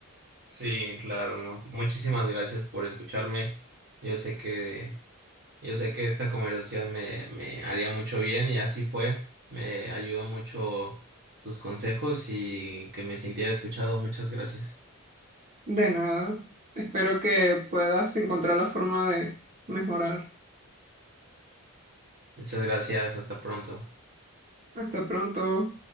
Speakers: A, on the right; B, on the right.
A: Sí, claro, ¿no? Muchísimas gracias por escucharme. Yo sé que, yo sé que esta conversación me, me haría mucho bien y así fue. Me ayudó mucho tus consejos y que me sintiera escuchado. Muchas gracias.
B: De nada. Espero que puedas encontrar la forma de mejorar.
A: Muchas gracias. Hasta pronto.
B: Hasta pronto.